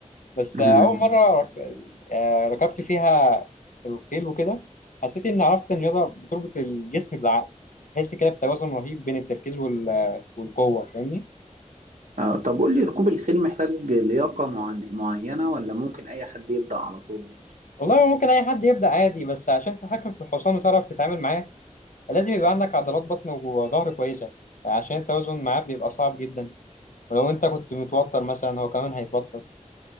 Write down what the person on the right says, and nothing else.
مم.
آه، طب قول لي ركوب الخيل محتاج لياقة معن- معينة ولا ممكن أي حد يبدأ على طول؟